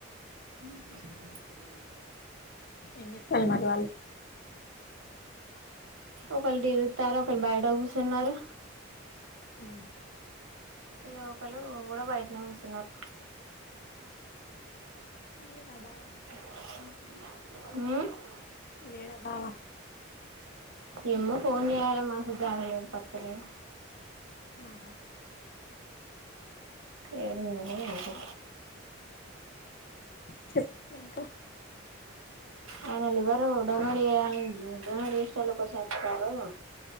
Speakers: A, on the right; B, on the left.
A: హమ్
B: ఏం చేత్తాలు మరి వాళ్ళు
A: ఒకరు టీవీ చూస్తారు ఒకరు బయట కూర్చున్నారు
B: అ
A: ఇక ఒకరు బయటనే కూర్చున్నారు
B: వచ్చిండా బావ
A: ఉ
B: లేడ బావా
A: ఏమ్మో ఫోన్చేయాల మనిషి జాడలేడు పత్తలేడు
B: ఆహా
A: ఏడున్నాడో ఏం కథో
B: చెప్పు ఇంకా
A: ఆయన లివరు డొనేట్ డొనేట్ చేసే వాళ్ల గురించి వెతుకుతారు